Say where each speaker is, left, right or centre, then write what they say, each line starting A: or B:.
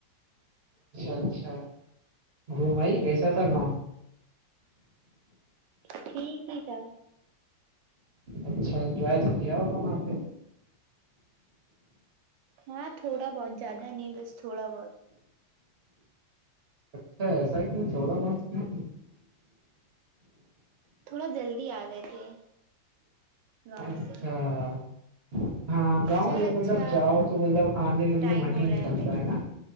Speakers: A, on the right; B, on the right.
A: اچھا اچھا گھوم آئی کیسا تھا گاؤں
B: ٹھیک ہی تھا
A: اچھا انجوائے تو کیا ہوگا وہاں پہ
B: ہاں تھوڑا بہت زیادہ نہیں بس تھوڑا بہت
A: اچھا ایسا کیوں تھوڑا بہت کیوں
B: تھوڑا جلدی آ گئے تھے گاؤں
A: اچھا
B: سے
A: ہاں گاؤں
B: چل
A: جب
B: اچھا
A: مطلب جاؤ تو مطلب آنے کے
B: ٹائم
A: لئے من
B: ہو
A: ہی
B: رہا
A: نکلتا
B: میرا
A: ہے نا